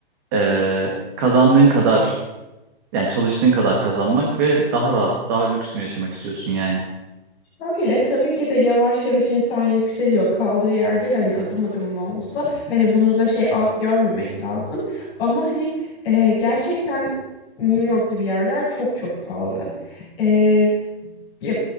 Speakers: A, on the right; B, on the left.
A: eee, kazandığın kadar yani çalıştığın kadar kazanmak ve daha rahat, daha lüks mü yaşamak istiyorsun yani?
B: şöyle tabii ki de yavaş yavaş insan yükseliyor kaldığı yerde de hani adım adım da olsa hani bunu da şey az görmemek lazım. Ama hani e, gerçekten New York gibi yerler çok çok pahalı. E, Ya,